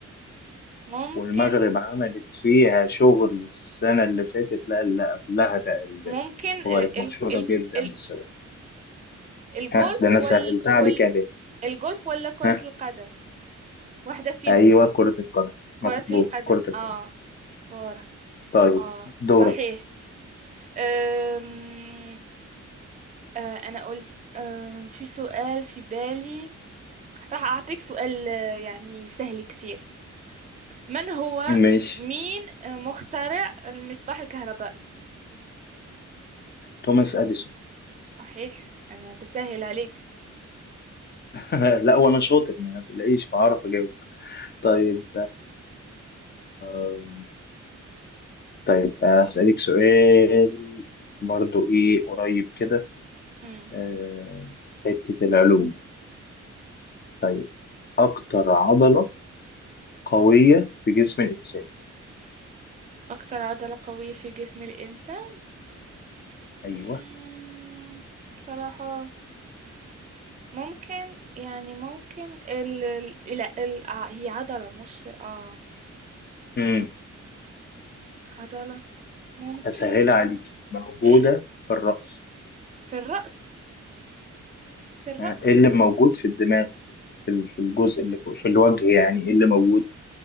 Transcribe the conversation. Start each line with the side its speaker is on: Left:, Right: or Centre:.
Right: ممكن
Left: والمغرب عملت فيها شغل السنة اللي فاتت لا اللي قبلها تقريبا
Right: ممكن
Left: وبقت
Right: آه، ال
Left: مشهورة
Right: ال
Left: جدا
Right: ال
Left: بالسبب
Right: الجولف
Left: ها ده أنا
Right: وال
Left: سهلتها
Right: وال
Left: عليك يا ليه
Right: الجولف ولا كرة
Left: ها
Right: القدم واحدة فيهم
Left: أيوه كرة القدم
Right: كرة
Left: مظبوط
Right: القدم
Left: كرة القدم
Right: اه كرة
Left: طيب
Right: اه
Left: دورك
Right: صحيح أم... آه انا قلت أم... في سؤال في بالي راح اعطيك سؤال آه، يعني سهل كتير من هو
Left: ماشي
Right: مين آه، مخترع المصباح الكهربائي
Left: توماس أديسون
Right: صحيح انا بسهل عليك
Left: <laughs> لا وأنا شاطر ما تلاقيش بعرف أجاوب طيب آم، طيب أسألك سؤال برضو إيه قريب كده
Right: مم.
Left: آه، حتة العلوم طيب أكتر عضلة قوية في جسم الإنسان
Right: اكثر عضلة قوية في جسم الانسان
Left: أيوه
Right: مم، بصراحة ممكن يعني ممكن ال ال- لا ال... آه هي عضلة مش اه
Left: امم
Right: عضلة ممكن
Left: هسهلها عليك موجودة
Right: آه،
Left: في الرأس
Right: في الرأس في الرأس
Left: ها، إيه اللي موجود في الدماغ في ال- في الجزء اللي فوق في الوجه يعني إيه اللي موجود